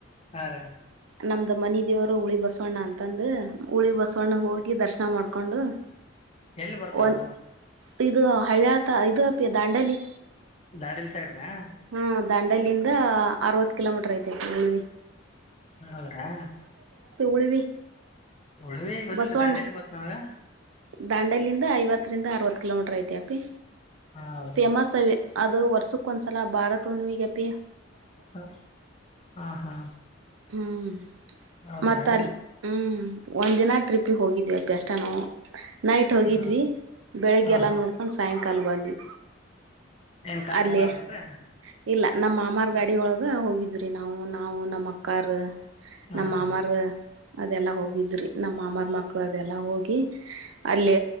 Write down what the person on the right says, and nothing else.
ನಮ್ದ ಮನ ದೇವರು ಹುಳಿ ಬಸವಣ್ಣ ಅಂತಂದ ಹುಳಿ ಬಸವಣ್ಣಗೆ ಹೋಗಿ ದರ್ಶನ ನಾವು ಮಾಡ್ಕೊಂಡು
ಒಂದ್ ಇದು ಹಳಿಯಳ್ತ ಇದು ಅಪಿ ದಾಂಡಲಿ
ಹಾ ದಾಂಡಲ್ಲಿಂದ ಅರವತ್ ಕಿಲೋಮೀಟರ್ ಐತೆವಿ
ಉಳವಿ
ಬಸವಣ್ಣ
ದಾಂಡಲಂದ ಐವತ್ತು ಹತ್ತರಿಂದ ಅರವತ್ ಕಿಲೋಮೀಟರ್ ಐತಿ ಅಪಿ
ಫೇಮಸ್ ಅ ಅದು ವರ್ಷಕ್ ಒಂದ್ಸಲ ಭಾರತ್ ಉುಣಿವಗಪಿ
ಹ್ಮ್
ಮತ್ತ ಅಲ್ಲಿ ಹ್ಮ್ ಒಂದ್ ದಿನ ಟ್ರಿಪ್ಪಿಗೆ ಹೋಗಿದಿವವಿ ಅಪ್ಪ ಅಷ್ಟ ನಾವು ನೈಟ್ ಹೋಗಿದ್ವಿ
ಬೆಳಿಗ್ಗೆಲ್ಲ
ನೋಡ್ಕೊಂಡು ಸಾಯಂಕಾಲ ಬಂದ್ವಿ
ಅಲ್ಲಿ
ಇಲ್ಲ ನಮ್ಮ ಮಾಮಾರ್ ಗಾಡಿ ಒಳಗ ಹೋಗಿದ್ ನಾವು ನಾವು ನಮ್ಮ್ ಅಕ್ಕಾರ
ನಮ್ಮ
ಮಾಮಾರ ಅದೆಲ್ಲಾ ಹೋಗಿದ್ರಿ ನಮ್ಮ ಮಾಮಾರ್ ಮಕ್ಕಳ ಅದೆಲ್ಲಾ ಹೋಗಿ ಅಲ್ಲಿ